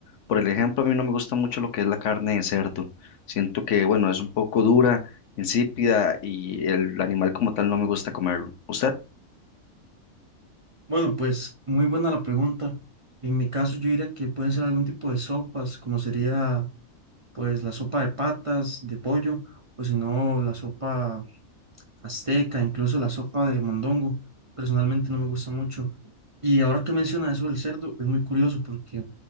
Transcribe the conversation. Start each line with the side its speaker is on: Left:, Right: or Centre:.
Left: Por el ejemplo, a mí no me gusta mucho lo que es la carne de cerdo. Siento que, bueno, es un poco dura, insípida y el animal como tal no me gusta comerlo. ¿Usted?
Right: Bueno, pues muy buena la pregunta. En mi caso yo diría que pueden ser algún tipo de sopas, como sería pues la sopa de patas, de pollo, o si no la sopa azteca, incluso la sopa de mondongo. Personalmente no me gusta mucho. Y ahora que menciona eso del cerdo, es muy curioso porque